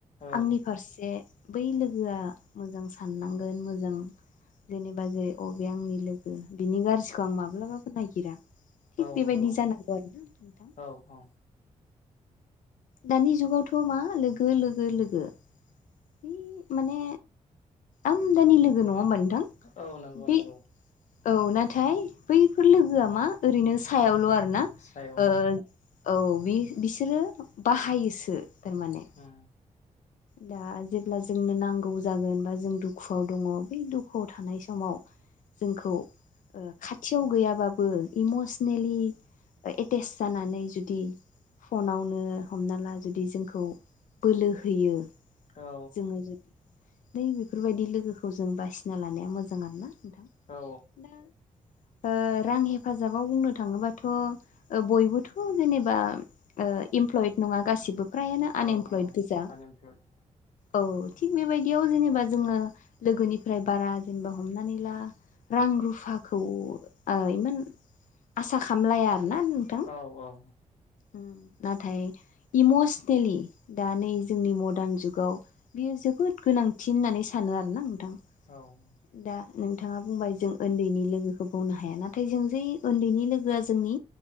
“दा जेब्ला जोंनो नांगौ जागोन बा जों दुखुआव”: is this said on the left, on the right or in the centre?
Left